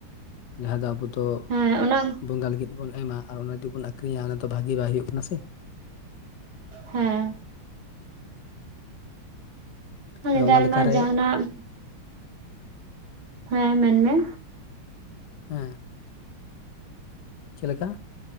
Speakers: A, on the left (about 60°); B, on the right (about 75°).
A: ᱡᱟᱦᱟᱸ ᱫᱚ ᱟᱵᱚ ᱫᱚ
B: ᱦᱮᱸᱻ ᱚᱱᱟ᱾
A: ᱵᱚᱸᱜᱟ ᱞᱟᱹᱜᱤᱫ ᱵᱚᱱ ᱮᱢᱟ ᱟᱨ ᱚᱱᱟ ᱡᱩᱫᱤ ᱵᱚᱱ ᱟᱠᱷᱨᱤᱧᱟ ᱚᱱᱟ ᱫᱚ ᱵᱷᱟᱜᱮ ᱵᱟᱭ ᱦᱩᱭᱩᱜ ᱠᱟᱱᱟ ᱥᱮ᱾
B: ᱦᱮᱸᱻ᱾
A: ᱟᱫᱚ
B: ᱱᱮᱛᱟᱨ
A: ᱚᱱᱟ ᱞᱮᱠᱟᱨᱮ
B: ᱢᱟ ᱡᱟᱦᱟᱸᱱᱟᱜ ᱦᱮᱸᱻ ᱢᱮᱱ ᱢᱮ᱾
A: ᱦᱮᱸᱻ᱾ ᱪᱮᱫ ᱞᱮᱠᱟ?